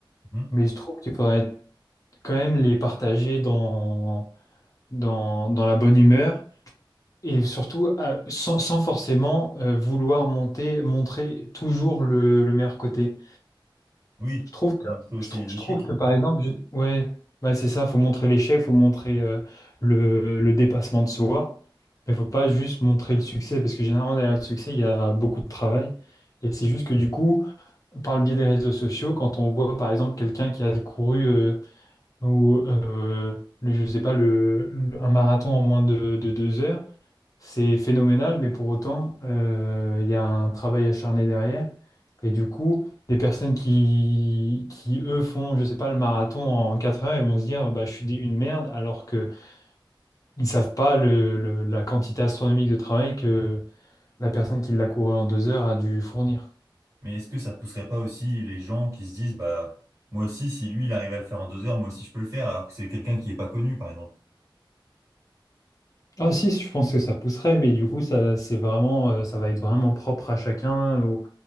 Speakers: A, on the right; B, on the left.
A: Mhm.
B: Mais je trouve qu'il faudrait quand même les partager dans, dans, dans la bonne humeur et surtout euh, sans, sans forcément euh, vouloir monter, montrer toujours le, le meilleur côté.
A: Oui,
B: Je trouve que,
A: montrer aussi
B: je trou-
A: les
B: je
A: échecs.
B: trouve que par exemple, je- ouais, ouais, c'est ça, faut montrer l'échec, faut montrer euh, le, le dépassement de soi, mais faut pas juste montrer le succès, parce que généralement, derrière le succès, il y a beaucoup de travail. Et c'est juste que du coup, par le biais des réseaux sociaux, quand on voit par exemple quelqu'un qui a couru, euh, ou, euh, le- je sais pas, le, le- un marathon en moins de, de deux heures, c'est phénoménal, mais pour autant, euh, il y a un travail acharné derrière. Et du coup, des personnes qui, qui eux, font, je sais pas, le marathon en 4 heures, ils vont se dire, bah, je suis des- une merde, alors que ils savent pas le- le- la quantité astronomique de travail que la personne qui l'a couru en 2 heures a dû fournir.
A: Mais est-ce que ça pousserait pas aussi les gens qui se disent, bah, moi aussi, si lui, il arrive à le faire en deux heures, moi aussi, je peux le faire, alors que c'est quelqu'un qui est pas connu, par exemple,
B: Ah si, je pense que ça pousserait, mais du coup, ça, c'est vraiment, euh, ça va être vraiment propre à chacun. au-